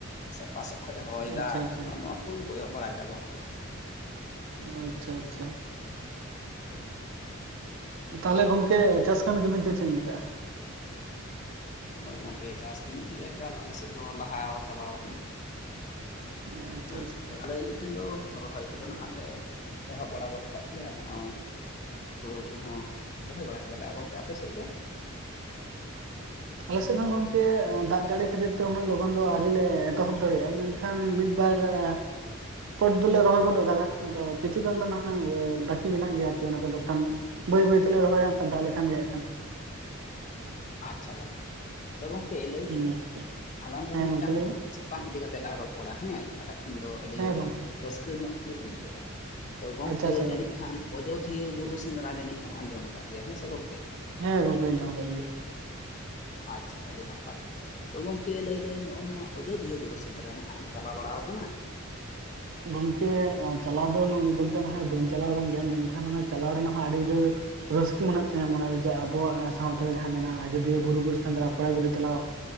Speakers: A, on the left (about 35°); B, on the right (about 65°).
A: ᱥᱮ ᱚᱠᱟ ᱥᱮᱫ ᱠᱷᱚᱡ ᱮ ᱦᱚᱭ ᱮᱫᱟ
B: ᱟᱪᱪᱷᱟ ᱟᱪᱪᱷᱟ
A: ᱱᱚᱜᱼᱚ ᱱᱚᱣᱟ ᱠᱩᱧ ᱠᱚᱭᱚᱜ ᱵᱟᱲᱟᱭᱮᱫᱟ ᱜᱚᱝᱠᱮ᱾
B: ᱚ ᱟᱪᱪᱷᱟ ᱟᱪᱪᱷᱟ᱾ ᱛᱟᱦᱞᱮ ᱜᱚᱢᱠᱮ ᱪᱟᱥ ᱠᱟᱹᱢᱤ ᱫᱚᱵᱤᱱ ᱛᱤᱱ ᱥᱟᱺᱜᱤᱧ ᱠᱟᱹᱜᱼᱟ?
A: ᱦᱳᱭ ᱜᱚᱝᱠᱮ ᱪᱟᱥ ᱠᱟᱹᱢᱤ ᱫᱚ ᱮᱠᱟᱞ ᱟᱞᱮ ᱥᱮᱫ ᱫᱚ ᱞᱟᱦᱟ ᱪᱟᱵᱟᱣ ᱠᱟᱱᱟ᱾
B: ᱟᱪᱪᱷᱟ
A: ᱮ
B: ᱟᱪᱪᱷᱟ
A: ᱟᱫᱚ ᱞᱟᱹᱭ ᱞᱮᱠᱷᱟᱱ ᱫᱚ ᱨᱚᱦᱚᱭ ᱠᱚᱫᱚ ᱱᱟᱦᱟᱜ ᱞᱮ ᱮᱦᱚᱵ ᱵᱟᱲᱟ ᱜᱚᱫ ᱠᱟᱜ ᱜᱮᱭᱟ ᱱᱚᱜᱼᱚᱭ ᱦᱩᱲᱩ ᱠᱚᱦᱚᱸ ᱨᱚᱦᱚᱭ ᱵᱟᱲᱟ ᱠᱮᱫᱟᱞᱮ ᱟᱨ ᱜᱚᱝᱠᱮ ᱟᱯᱮ ᱥᱮᱫ ᱫᱚ?
B: ᱟᱞᱮ ᱥᱮᱱ ᱦᱚᱸ ᱜᱚᱢᱠᱮ ᱫᱟᱜ ᱡᱟᱹᱲᱤ ᱠᱷᱟᱹᱛᱤᱨ ᱛᱮ ᱩᱱᱟᱹᱜ ᱞᱚᱜᱚᱱ ᱫᱚ ᱟᱹᱣᱨᱤ ᱞᱮ ᱮᱛᱚᱦᱚᱵ ᱫᱟᱲᱮᱭᱟᱜᱼᱟ ᱢᱮᱱ ᱠᱷᱟᱱ ᱢᱤᱫ ᱵᱟᱨ ᱟ ᱯᱚᱴ ᱫᱚᱞᱮ ᱨᱚᱦᱚᱭ ᱜᱚᱫ ᱟᱠᱟᱫᱟ ᱟᱫᱚ ᱠᱤᱪᱷᱩ ᱜᱟᱱ ᱫᱚ ᱱᱟᱦᱟᱜ ᱮ ᱵᱟᱹᱠᱤ ᱢᱮᱱᱟᱜ ᱜᱮᱭᱟ ᱟᱨᱠᱤ ᱚᱱᱟ ᱠᱚᱫᱚ ᱠᱷᱟᱱ ᱵᱟᱹᱭ ᱵᱟᱹᱭ ᱛᱮᱞᱮ ᱨᱚᱦᱚᱭᱟ ᱠᱷᱟᱱ ᱫᱟᱜ ᱞᱮᱠᱷᱟᱱ ᱜᱮ ᱠᱷᱟᱱ᱾
A: ᱟᱪᱪᱷᱟ ᱜᱚᱝᱠᱮ, ᱟᱫᱚ ᱜᱚᱝᱠᱮ ᱞᱟᱹᱭᱫᱟᱹᱧ
B: ᱦᱮᱸ ᱜᱚᱝᱠᱮ
A: ᱟᱞᱟᱝ ᱫᱚ
B: ᱦᱮᱸ
A: ᱢᱤᱫᱴᱟᱝ
B: ᱜᱚᱝᱠᱮ ᱞᱟᱹᱭ ᱢᱮ
A: ᱥᱟᱛᱟᱢ ᱤᱫᱤ ᱠᱟᱛᱮᱜ ᱞᱟᱝ ᱨᱚᱯᱚᱲᱟ ᱦᱮᱸ ᱛᱟᱞᱦᱮ ᱠᱷᱟᱱ ᱫᱚ ᱟᱹᱰᱤ
B: ᱦᱮᱸ
A: ᱱᱟᱦᱟᱜ
B: ᱜᱚᱝᱠᱮ
A: ᱨᱟᱹᱥᱠᱟᱹ ᱧᱚᱜ ᱜᱮ ᱵᱩᱡᱷᱟᱹᱜᱼᱟ᱾ ᱛᱚ ᱜᱚᱝᱠᱮ
B: ᱟᱪᱪᱷᱟ ᱟᱪᱪᱷᱟ
A: ᱡᱟᱹᱱᱤᱡ ᱠᱷᱟᱱ ᱚᱡᱚᱫᱷᱤᱭᱟᱹ ᱵᱩᱨᱩ ᱥᱮᱸᱫᱽᱨᱟ ᱡᱟᱹᱱᱤᱡ ᱮᱢ ᱟᱸᱡᱚᱢ ᱟᱠᱟᱫ ᱜᱮᱭᱟ, ᱦᱮᱸ ᱥᱮ ᱜᱚᱝᱠᱮ?
B: ᱦᱮᱸ ᱜᱚᱝᱠᱮ ᱟᱸᱡᱚᱢ ᱟᱠᱟᱫ ᱜᱮᱭᱟ᱾
A: ᱟᱪᱪᱷᱟ ᱟᱹᱰᱤ ᱱᱟᱯᱟᱭ᱾ ᱛᱚ ᱜᱚᱝᱠᱮ ᱞᱟᱹᱭᱫᱟᱹᱧ ᱱᱚᱜᱼᱚ ᱱᱚᱣᱟ ᱚᱡᱚᱫᱷᱤᱭᱟᱹ ᱵᱩᱨᱩ ᱥᱮᱸᱫᱽᱨᱟ ᱱᱟᱦᱟᱜ ᱮᱢ ᱪᱟᱞᱟᱣ ᱵᱟᱲᱟ ᱟᱠᱟᱱᱟ?
B: ᱜᱚᱢᱠᱮ ᱪᱟᱞᱟᱣ ᱫᱚ ᱱᱚ ᱜᱚᱢᱠᱮ ᱱᱟᱦᱟᱜ ᱵᱟᱹᱧ ᱪᱟᱞᱟᱣ ᱟᱠᱟᱱ ᱜᱮᱭᱟ ᱢᱮᱱᱠᱷᱟᱱ ᱚᱱᱟ ᱪᱟᱞᱟᱣ ᱨᱮᱱᱟᱜ ᱦᱚᱸ ᱟᱹᱰᱤ ᱡᱳᱨ ᱨᱟᱹᱥᱠᱟᱹ ᱢᱮᱱᱟᱜ ᱛᱤᱧᱟᱹ ᱢᱚᱱᱮᱨᱮ ᱡᱮ ᱟᱵᱚᱣᱟᱜ ᱥᱟᱶᱛᱟ ᱨᱮ ᱡᱟᱦᱟᱸ ᱢᱮᱱᱟᱜᱼᱟ ᱟᱡᱚᱫᱤᱭᱟᱹ ᱵᱩᱨᱩ ᱜᱩᱨᱩ ᱥᱮᱸᱫᱽᱨᱟ ᱠᱚᱲᱟ ᱜᱤᱫᱽᱨᱟᱹ ᱪᱟᱞᱟᱣ᱾